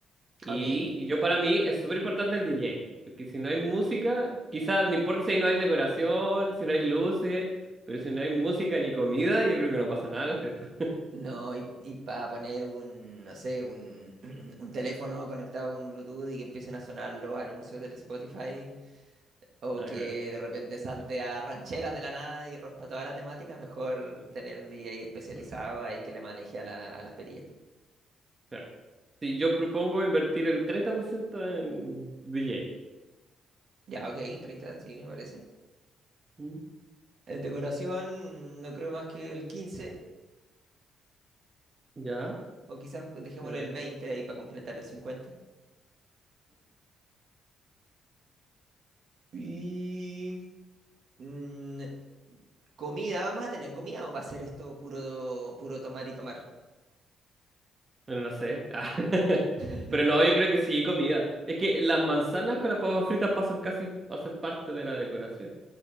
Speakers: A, on the right (about 25°); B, on the right (about 60°).
A: Y,
B: Ok.
A: y yo para mí es súper importante el DJ, porque si no hay música, quizás no importa si no hay decoración, si no hay luces, pero si no hay música ni comida, yo creo que no pasa nada en la fiesta.
B: No, y, y para poner un, no sé, un, <clears throat> un teléfono conectado con Bluetooth y que empiecen a sonar los anuncios del Spotify,
A: <laughs>
B: o
A: Ajá,
B: que de repente salte a rancheras de la nada y rompa toda la temática, mejor tener un DJ especializado
A: ajá. O
B: ahí que le maneje a, la- a las perillas.
A: sea, Si yo propongo invertir el 30% en DJ,
B: Ya, ok, 30 sí, me parece.
A: ¿Mm?
B: En decoración, no creo más que el 15
A: ¿ya?
B: o quizás dejémosle
A: ¿Me parece?
B: el 20 ahí para completar el 50. Y... Mm, comida, ¿vamos a tener comida o va a ser esto puro, puro tomar y tomar?
A: Bueno, no sé. <laughs>
B: <laughs>
A: Pero no, yo creo que sí, comida. Es que las manzanas con las papas fritas pasan casi a ser parte de la decoración.